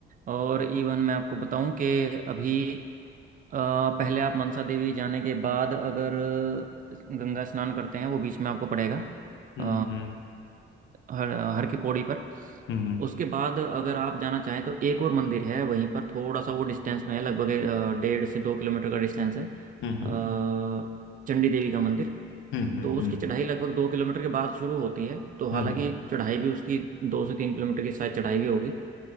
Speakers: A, on the right (about 45°); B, on the left (about 75°).
A: और इवन मैं आपको बताऊं कि अभी अ, पहले आप मनसा देवी जाने के बाद अगर गंगा स्नान करते हैं वो बीच में आपको पड़ेगा
B: हम्म
A: अ,
B: हम्म
A: हर हर की पौड़ी पर
B: हम्म
A: उसके बाद अगर आप जाना चाहें तो एक और मंदिर है वहीं पर थोड़ा सा वो डिस्टेंस में है लगभग अ, डेढ़ से दो किलोमीटर का डिस्टेंस है अ,
B: हम्म
A: चंडी देवी का मंदिर
B: हम्म हम्म
A: तो उसकी
B: हम्म हम्म,
A: चढ़ाई लगभग दो किलोमीटर के बाद शुरू होती है तो हालांकि
B: हम्म,
A: चढ़ाई भी उसकी दो से तीन किलोमीटर की शायद चढ़ाई भी होगी